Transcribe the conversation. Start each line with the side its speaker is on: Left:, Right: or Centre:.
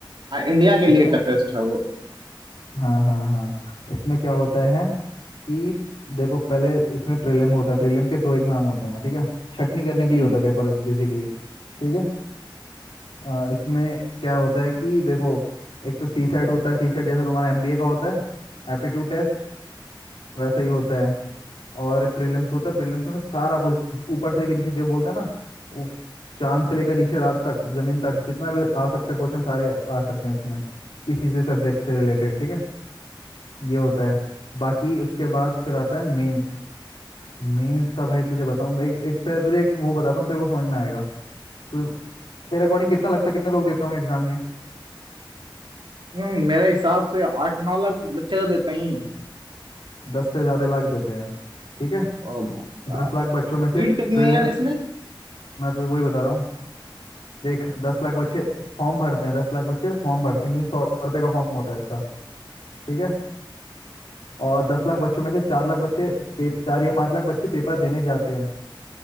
Right: आ, इंडिया के
Left: ठीक
Right: लिए
Left: है
Right: टफेस्ट है वो
Left: हाँ हाँ हाँ इसमें क्या होता है कि देखो पहले इसमें प्रीलिम होता है प्रीलिम के दो एग्जाम होते हैं ठीक है छटनी करने
Right: हम्म
Left: के लिए होता है पेपर बेसिकली ठीक है आ, इसमें क्या होता है कि देखो एक तो सी सेट होता है सी सेट जैसा तुम्हारा एमबीए का होता है एप्टीट्यूड टेस्ट वैसा ही होता है और प्रीलिम्स होता है प्रीलिम्स में सारा कुछ ऊपर से लेकर नीचे जो बोलते हैं ना उस चांद से लेकर नीचे रात तक जमीन तक जितना भी आ सकता है क्वेश्चन सारे आ सकते हैं इसमें किसी से सब्जेक्ट से रिलेटेड ठीक है ये होता है बाकी उसके बाद फिर आता है मेंस मेंस का भाई तुझे बताऊं एक एक पहले तुझे एक वो बताता हूँ तेरे को समझ में आएगा तुझे तेरे अकॉर्डिंग कितना लगता है कितने लोग देते होंगे एग्जाम ये
Right: हम्म, मेरे हिसाब से आठ नौ लाख बच्चे तो देते ही हैं
Left: दस से ज़्यादा लाख देते हैं ठीक है
Right: ओ भाई साहब
Left: दस लाख बच्चों में से
Right: सीट
Left: प्रीलिम्स
Right: कितनी है यार इसमें
Left: मैं तुझे वही बता रहा हूँ देख दस लाख बच्चे फॉर्म भरते हैं दस लाख बच्चे फॉर्म भरते हैं क्योंकि सौ रुपये का फॉर्म होता है इसका ठीक है और दस लाख बच्चों में से चार लाख बच्चे पे चार या पाँच लाख बच्चे पेपर देने जाते हैं